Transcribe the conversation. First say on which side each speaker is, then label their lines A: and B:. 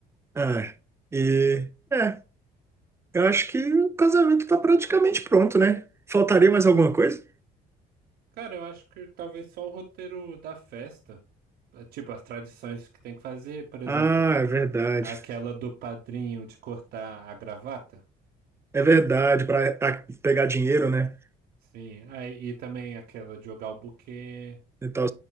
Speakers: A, on the right; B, on the right.
A: Ah, e. É, eu acho que o casamento tá praticamente pronto, né? Faltaria mais alguma coisa?
B: Cara, eu acho que talvez só o roteiro da festa, eh, tipo as tradições que tem que fazer, por exemplo,
A: Ah, é verdade.
B: aquela do padrinho de cortar a gravata.
A: É verdade,
B: E-
A: para pegar dinheiro, né?
B: Sim, aí e também aquela de jogar o buquê.
A: e tal.